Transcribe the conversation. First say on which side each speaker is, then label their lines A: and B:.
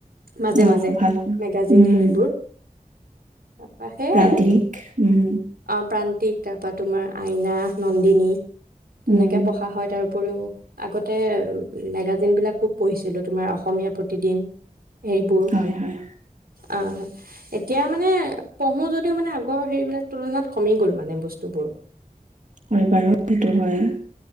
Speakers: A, on the right (about 85°); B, on the right (about 55°).
A: মাজে
B: অ
A: মাজে,
B: ভাল
A: মেগাজিন
B: উম
A: সেইবোৰ তাপা সেয়াই
B: প্ৰান্তিক
A: আৰু,
B: উম
A: অ প্ৰান কিতাপ পা তোমাৰ আইনা, নন্দিনী তেনেকে
B: উম
A: পঢ়া হয় তাৰ তাৰ উপৰিও আগতে, মেগাজিনবিলাক খুব পঢ়িছিলোঁ তোমাৰ অসমীয়া প্ৰতিদিন এইবোৰ
B: হয় হয়
A: অ, এতিয়া মানে, পঢ়ো যদিও মানে আগৰ সেৰিবিলাক তুলনাত কমি গ'ল মানে বস্তু বোৰ
B: হয় বাৰু সেইটো হয়